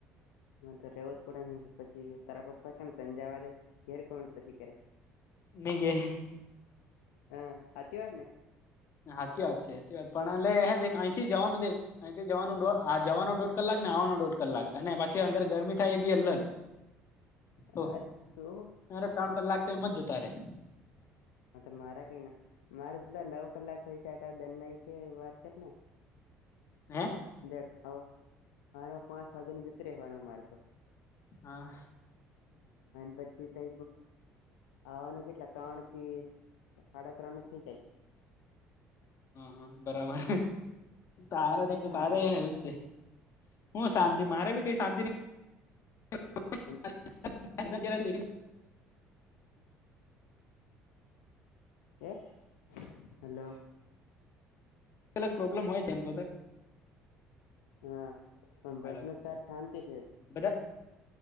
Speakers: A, on the left; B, on the left.
A: તો રહેવું જ પડે ને પછી તારા પપ્પા કેમ તંજાવા દે ઘેર કો પછી કરે.
B: ની કેય
A: હ હાચી વાત ને.
B: સાચી વાત છે. પણ એલે અહીંથી જવાનું દે અહીંથી જવાનો જવાનો દોઢ કલાક ને આવવાનો દોઢ કલાક અને પછી અંદર ગરમી થાય એ બી અલગ. તો
A: હવે તું
B: અરે ત્રણ કલાક તો એમ જ જતા રે.
A: હા તો મારા કઈ ના મારેલા નવ કલાક થઈ શ દ કે વાત કરી ને.
B: હે
A: દેખ હો મારો પાંચ વાગ્યાને જત રહેવાનો અમાર તો.
B: હા
A: અને પછી ત આવાનું કેટલા ત્રણ કે હાડા ત્રણ થઇ જાય.
B: હ બરાબર.
A: જાય
B: તાર તારે તો
A: શાંતિ
B: તારે
A: છેતી
B: હશે. હું
A: હા
B: શાંતિ મારે બી કઈ શાંતિ ની
A: <inaudible>
B: <unintelligible>
A: હે હલો.
B: અગ પ્રોબ્લેમ હોય એમ
A: હા પણ બસ
B: હાલો
A: ન તારી શાંતિ છે.
B: બધા